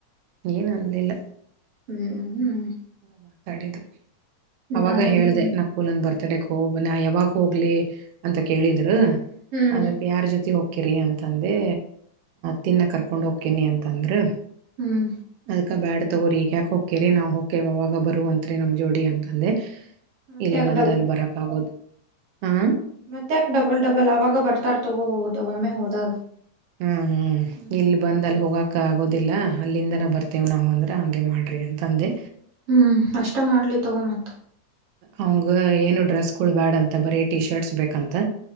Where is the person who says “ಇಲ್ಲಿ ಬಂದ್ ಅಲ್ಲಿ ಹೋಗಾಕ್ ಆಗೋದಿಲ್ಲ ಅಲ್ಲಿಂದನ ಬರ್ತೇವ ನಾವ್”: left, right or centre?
Right